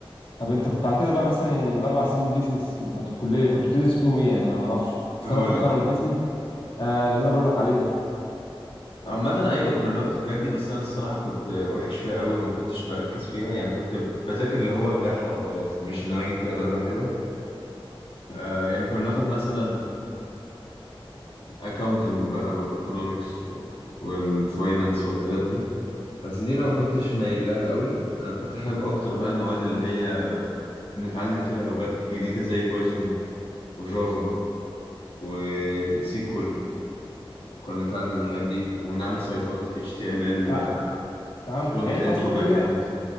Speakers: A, on the left; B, on the left.
A: طب انت كنت على كده بقى مثلا يعني الاربع سنين بيزنس بتاعت الكليه كنت بتدرس فيهم ايه يعني انا ما اعرفش بس
B: هقول
A: انا افكر
B: لك
A: البيزنس آه، اللي انا بقول لك عليه ده
B: عامة ايوه كنا بناخد الحاجات دي بس انا الصراحة كنت وحش فيها قوي وما كنتش بركز فيها يعني كنت بذاكر اللي هو انجحها وخلاص مش ان انا اجيب فيها درجة حلوة آه يعني كنا بناخد مثلا اكاونتنج بقى وايكونومكس والفاينانس والحاجات دي بس دي انا ما كنتش مايل لها قوي انا كنت حابب اكتر بقى المواد اللي هي بنتعلم فيها لغات جديدة زي بايثون وجافا وسيكول كنا بنتعلم من الحاجات دي ونعمل سيطات HTML
A: ف-
B: بقى
A: فهمتك
B: فرونت
A: يعني انت
B: اند
A: اصلا
B: وباك
A: كده
B: اند